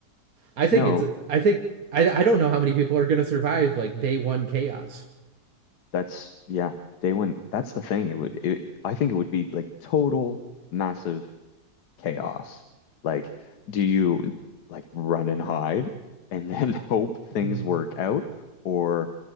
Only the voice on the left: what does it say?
No,
that's yeah, day one. That's the thing. It would it, I think it would be like total massive chaos? Like, do you like run and hide and then <laughs> hope things
work out? Or